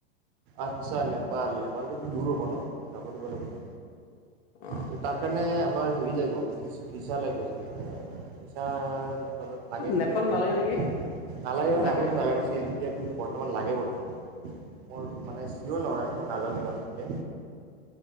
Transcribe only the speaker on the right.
আচ্ছা নেপাল নেপ <unintelligible> দূৰ হ'ব ন যাব দিব লাগিব ন
ত তাৰ কাৰণে আমাৰ হেৰি লাগিবি ফিচা লাগিব। ফিচা নেপালত লাগে নেকি
আজিকালি
নালাগে মানে
আগত নাগা নাছিল। <unintelligible> <unintelligible> লাগে বোধৰে মোৰ মানে চিয়'ৰ নহয় মই নাজানো ইমান ভালকে